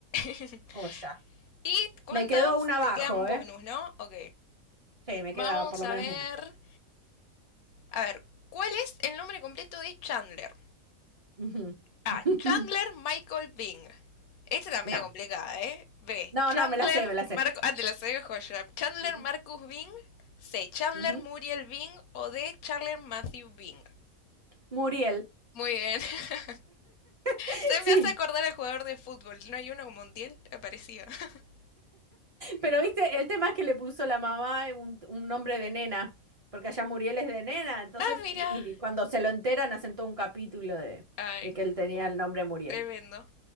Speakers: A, on the left; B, on the right.
A: <laughs>
B: Joya.
A: ¿Y cuántas
B: Me quedó una abajo,
A: te quedan bonus,
B: ¿eh?
A: no? Ok.
B: Sí, me
A: Vamos
B: queda por lo
A: a
B: menos
A: ver.
B: una.
A: A ver, ¿cuál es el nombre completo de Chandler?
B: Ujú.
A: A.
B: <laughs>
A: Chandler Michael Bing. Esta está medio
B: No.
A: complicada, ¿eh? B.
B: No,
A: Chandler
B: no, me la sé, me la sé.
A: Marcus. Ah, te la sabía joya. Chandler
B: Ujú.
A: Marcus Bing. C. Chandler
B: Ujú.
A: Muriel Bing. O D. Chandler Matthew Bing.
B: Muriel.
A: Muy bien. <laughs>
B: <laughs>
A: Se
B: Sí.
A: me hace acordar al jugador de fútbol. ¿No hay uno como Montiel? Me parecía. <laughs>
B: Pero viste, el tema es que le puso la mamá un, un nombre de nena, porque allá Muriel es de nena, entonces,
A: Ah, mira.
B: y cuando se lo enteran, hacen todo un capítulo de,
A: Ay,
B: de
A: no.
B: que él tenía el nombre Muriel.
A: Tremendo.